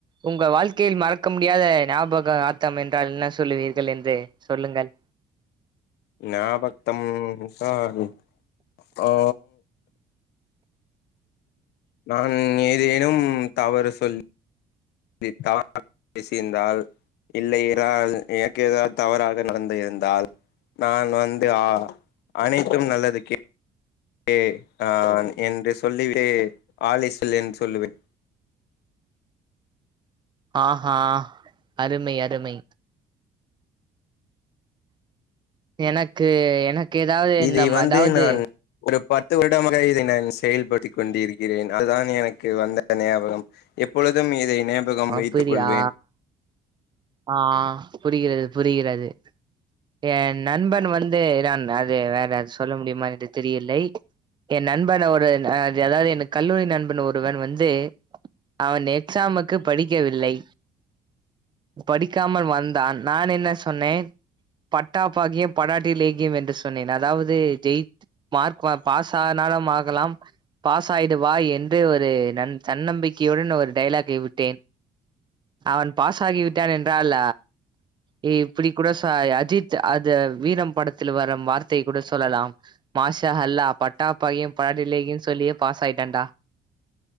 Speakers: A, on the right; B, on the left.
A: உங்க வாழ்க்கையில் மறக்க முடியாத ஞாபக ஆத்தம் என்றால் என்ன சொல்லுவீர்கள் என்று சொல்லுங்கள்
B: நாபத்தம் என்றால் ஆ நான் ஏதேனும் தவறு சொல் லி தவறாக பேசிருந்தால் இல்லையிறால் எனக்கு எதிராக தவராக நடந்திருந்தாள் நான் வந்து ஆ அனைத்தும் நல்லதுக்கே ஏ ஆ என்று சொல்லிவிடு ஆல் ஈஸ் வெல் என்று சொல்லுவேன்
A: ஆஹா அருமை அருமை எனக்கு எனக்கு ஏதாவது
B: இதை
A: இந்தம்
B: வந்து
A: அதாவது
B: நான் ஒரு பத்து வருடமாக இதை நான் செயல்படுத்தி கொண்டிருக்கிறேன் அதுதான் எனக்கு வந்த ஞாபகம் எப்பொழுதும் இதை நேபகம்
A: அப்படியா
B: வைத்துக் கொள்வேன்
A: ஆ புரிகிறது புரிகிறது என் நண்பன் வந்து இரான் அது வேற அது சொல்ல முடியுமா என்று தெரியலை என் நண்பன் ஒரு அதாவது என் கல்லூரி நண்பன் ஒருவன் வந்து அவன் எக்ஸாமுக்கு படிக்கவில்லை படிக்காமல் வந்தான் நான் என்ன சொன்னேன் பட்டா பாகியம் படாட்டி லேகியம் என்று சொன்னேன் அதாவது ஜெய்த் மார்க் வா பாஸ் ஆனாலும் ஆகலாம் பாஸ் ஆயிடுவாய் என்று ஒரு நன் தன்னம்பிக்கையுடன் ஒரு டைலாக்கை விட்டேன் அவன் பாஸ்ஸாகி விட்டான் என்றால் எ இப்டி கூட சாய் அஜித் அது வீரம் படத்துல வரும் வார்த்தையை கூட சொல்லலாம் மாஷா ஹல்லா பட்டா பகையு படாட்டி லேகியன்னு சொல்லியே பாஸ் ஆயிட்டேன்டா